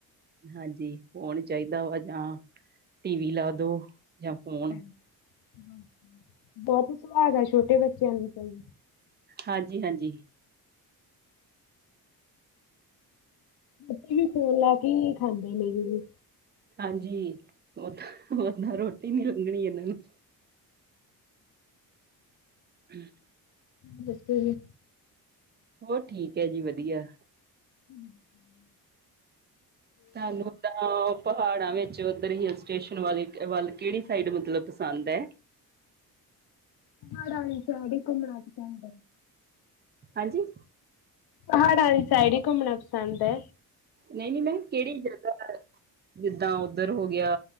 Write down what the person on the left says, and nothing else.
ਹਾਂਜੀ ਹਾਂਜੀ। ਬਹੁਤ ਹੀ ਸੁਬਾ ਦਾ ਹੈ ਬੱਚਾ ਚੰੱਲ ਚੰੱਲ
ਬੱਚੇ ਵੀ ਫੋਨ ਲਾ ਕੇ ਖਾਂਦੇ ਨੇਗੇ ਜੀ
ਹ ਦੱਸ ਜੀ
ਹਮ ਹਮ
ਾ ਚ ਘੁੰਮਣਾ ਪਸੰਦ
ਪਹਾੜਾਂ ਵਾਲੀ ਸਾਈਡ ਹੀ ਘੁੰਮਣਾ ਪਸੰਦ ਹੈ